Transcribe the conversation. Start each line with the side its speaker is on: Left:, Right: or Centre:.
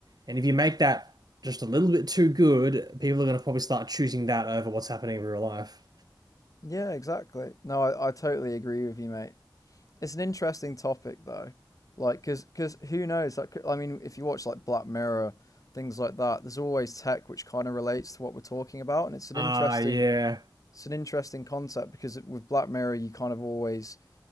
Right: And if you make that just a little bit too good, people are going to probably start choosing that over what's happening in real life.
Left: Yeah, exactly. No, I, I totally agree with you, mate. It's an interesting topic though, like because because who knows? Like I mean, if you watch like Black Mirror, things like that, there's always tech which kind of relates to what we're talking about, and it's an
Right: Ah,
Left: interesting
Right: yeah.
Left: it's an interesting concept because with Black Mirror you kind of always